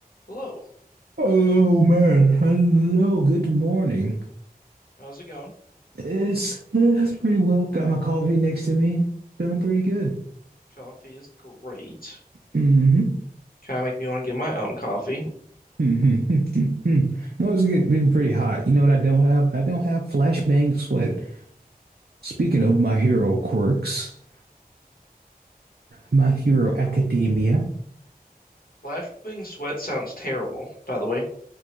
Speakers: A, on the left; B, on the right.
A: Hello,
B: Oh man, hello, good morning.
A: how's it going?
B: It's it's pretty well. Got my coffee next to me. Feeling pretty good.
A: Coffee is great.
B: hmm
A: Kind of make me want to get my own coffee.
B: hmm hmm <laughs> No, it's get- been pretty hot. You know what I don't have? I don't have flashbang sweat. Speaking of my hero quirks, My Hero
A: Wow.
B: Academia.
A: Flashbang sweat sounds terrible, by the way.